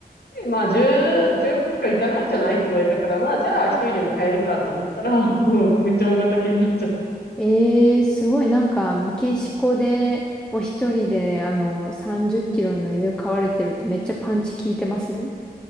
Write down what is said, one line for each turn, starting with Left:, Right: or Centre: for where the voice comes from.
Left: で、まあ10、5キロいかないんじゃないって言われたから、まあじゃあ一人でも飼えるかと思ったら、
Centre: うんうん
Left: もうめっちゃ大型犬になっちゃっ
Centre: ええすごい、なんか、メキシコで、お一人で、あの、30キロの犬飼われてるってめっちゃパンチ効いてますね。